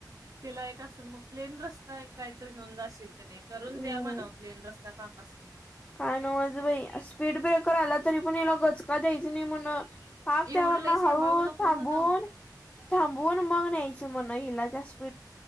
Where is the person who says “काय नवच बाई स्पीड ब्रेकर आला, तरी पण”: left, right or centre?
Left